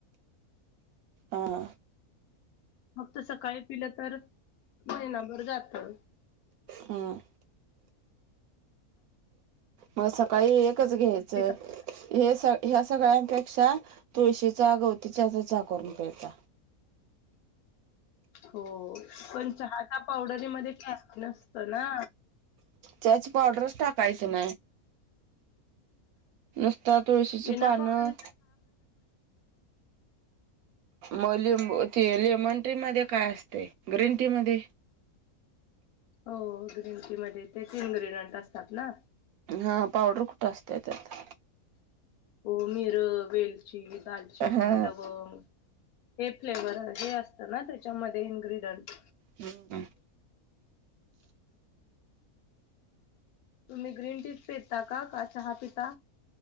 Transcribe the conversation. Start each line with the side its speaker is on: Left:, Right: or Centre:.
Right: हां हां
Left: फक्त सकाळी पिलं तर महिनाभर जात ह
Right: हम्म. मग सकाळी एकच घ्यायचं
Left: आहे
Right: हे स ह्या सगळ्यांपेक्षा तुळशीचा गवतीच्या चा करून पळता
Left: हो पण चहाट पावडरीमध्ये फॅ नसत ना
Right: चच पावडरच टाकायचं नाही नुसता तुळशीची
Left: विनाप
Right: पानं
Left: का
Right: मली लेमन ट्री मध्ये काय असते ग्रीन टी मध्ये
Left: हो ग्रीन टी मध्ये ते तीन ग्र्रीडियंट असतात ना
Right: हा पावडर कुठं असते त्यात
Left: हो मिर वेलची दालचिनी
Right: हा
Left: लवंग हे फ्लेवरर हे असतं ना त्याच्यामध्ये इन्ग्र्रीडियंट
Right: हम्म
Left: तुम्ही ग्रीन टीज पेता का का चहा पिता